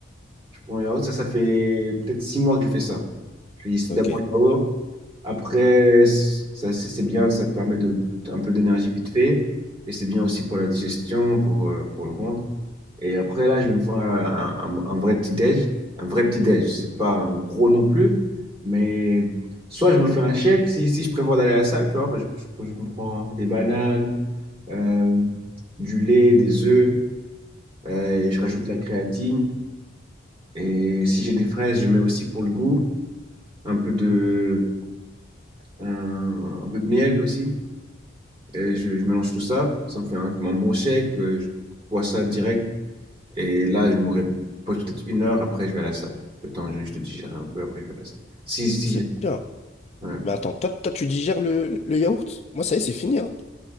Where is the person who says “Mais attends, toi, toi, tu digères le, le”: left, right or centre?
Left